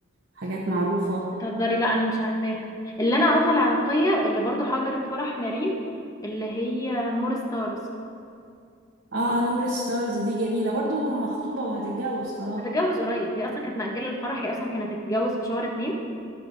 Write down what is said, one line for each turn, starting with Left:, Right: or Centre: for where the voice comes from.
Right: وحاجات معروفة
Left: بتهزري لا انا مش عارفاها اللي انا اعرفها العراقيه اللي برضو حضرت فرح نارين اللي هي نور ستارز
Right: اه نور ستارز دي جميلة برضو مخطوبة وهتتجوز خلاص
Left: هتتجوز قريب هي اصلا كانت مأجله الفرح هي اصلا كانت هتتجوز في شهر اتنين